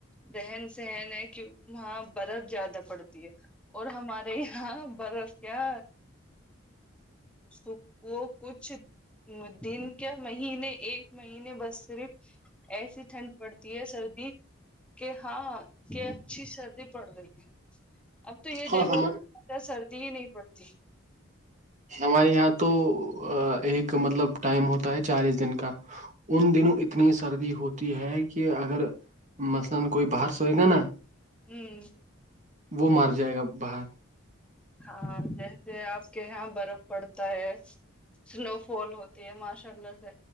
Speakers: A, in the centre; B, on the right.
A: رہن سہن ہے کی وہاں برف زیادہ پڑتی ہے اور ہمارے یہاں برف کیا تو وہ کچھ دن کیا مہینے ایک مہینے بس صرف ایسی ٹھنڈ پڑتی ہے سردی کہ ہاں کہ اچھی سردی پڑ رہی ہے اب تو یہ
B: ہاں
A: دیکھو
B: ہم
A: سردی ہی نہیں پڑتی
B: ہمارے یہاں تو ایک مطلب ٹائم ہوتا ہے چالیس دن کا ان دنوں اتنی سردی ہوتی ہے کہ اگر مثلا کوئی باہر سوئے گا نا
A: ہوں
B: وہ مر جائے گا باہر
A: ہاں جیس آپ کے یہاں برف پڑتا ہے اسنو فال ہوتی ہے ماشاء اللہ سے